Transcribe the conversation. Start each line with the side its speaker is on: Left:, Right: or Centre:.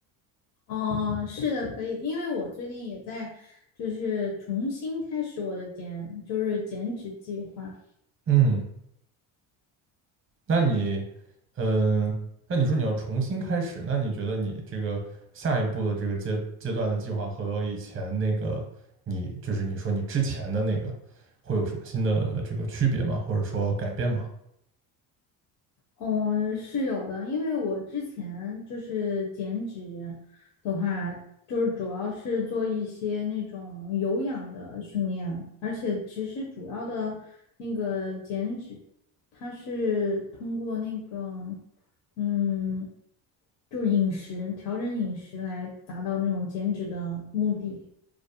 Left: 哦，是的，可以，因为我最近也在，就是重新开始我的减，就是减脂计划。
Right: 嗯，那你，嗯，那你说你要重新开始，那你觉得你这个下一步的这个阶阶段的计划和以前那个你就是你说你之前的那个会有什么新的这个区别吗？或者说改变吗？
Left: 嗯，是有的，因为我之前就是减脂的话，就是主要是做一些那种有氧的训练，而且其实主要的那个减脂，它是通过那个，嗯，就饮食，调整饮食来达到那种减脂的目的。